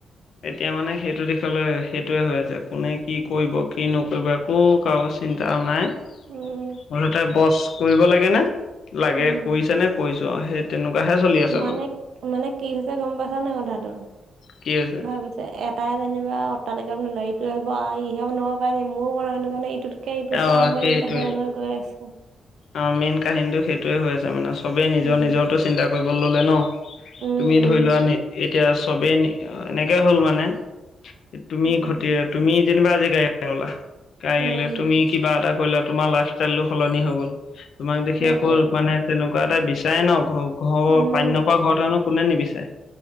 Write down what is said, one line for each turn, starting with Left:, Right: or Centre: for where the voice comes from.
Left: এতিয়া মানে সেইটো দিশলৈ সেইটোয়ে হৈ আছে কোনে কি কৰিব কি নকৰিব একো কাৰজ চিন্তা নাই।
Right: উম
Left: মুঠতে বছ কৰিব লাগে নে লাগে
Right: উম
Left: কৰিছে নে কৰিছো আও সেই তেনেকুৱাহে চলি আছে
Right: মানে মানে কি হৈছে গম পাইছ নে কথাটো
Left: কি হৈছে
Right: ভাবিছে এটা যেনিবা অট্টালিকা ইটোৱে ভাবিব আও ইহে বনাব পাৰে নি ময়ো বনাও এইটো কাৰণে ইটোট কে ইটো
Left: অ
Right: চৰা মানে
Left: সেইটোৱে
Right: এনেকে হৈ হৈ গৈ আছে।
Left: অ মেইন কাহিনীটো সেইটোৱে হৈ আছে মানে চবেই নিজৰ
Right: উম
Left: নিজৰটো চিন্তা কৰিবলৈ ললে ন।
Right: উম
Left: তুমি
Right: উম
Left: ধৰি লোৱা এতিয়া চবেই এনেকে হ'ল মানে তুমি
Right: উম
Left: ঘতি তুমি যেনিবা আজি গাড়ী এখন ললা কাইলে
Right: উম
Left: তুমি কিবা এটা কৰিলে তোমাৰ লাইফষ্টাইলটো সলনি হৈ গ'ল। তোমাক দেখি
Right: সেইটোৱে
Left: আকৌ মানে তেনেকুৱা এটা বিচাৰে ন ঘৰ ঘৰৰ
Right: উম
Left: পানী নপৰা ঘৰ কোনে নিবিচাৰে।